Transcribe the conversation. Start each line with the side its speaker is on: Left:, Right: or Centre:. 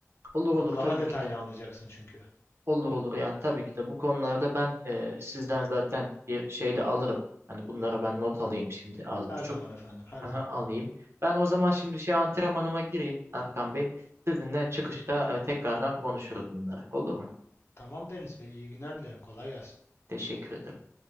Right: Olur
Left: Orada
Right: olur tabii
Left: daha detaylı
Right: ki de.
Left: anlayacaksın çünkü.
Right: Olur olur yani tabii ki de. Bu konularda ben e, sizden zaten bir şey de alırım. Hani bunları ben not alayım şimdi az
Left: Her
Right: buçuk.
Left: zaman efendim, her
Right: Aha,
Left: zaman.
Right: alayım. Ben o zaman şimdi şey antrenmanıma gireyim Erkan Bey. Sizinle çıkışta e, tekrardan konuşuruz bunları. Olur mu?
Left: Tamam Deniz Bey, iyi günler dilerim. Kolay gelsin.
Right: Teşekkür ederim.